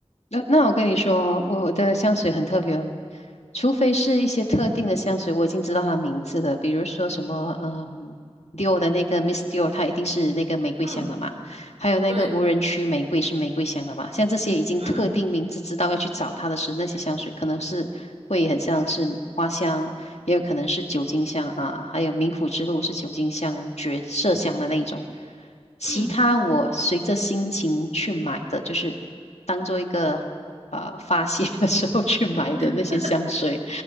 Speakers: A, on the left; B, on the right.
A: 那那我跟你说哦我的香水很特别哦除非是一些特定的香水，我已经知道它名字了，比如说什么嗯，Dior 的那个 Miss Dior，它一定是那个玫瑰香的嘛，
B: 嗯，
A: 还有那个无人区玫瑰是玫瑰香的嘛，
B: 对，
A: 像这些已经特定名字知道要去找它的是那些香水，
B: 嗯
A: 可能是会很像是花香，也有可能是酒精香啊，还有冥府之路是酒精香、绝色香的那一种。其他我随着心情去买的，
B: 嗯。
A: 就是当做一个啊、呃发泄的时候去买的那些香水，
B: <laughs>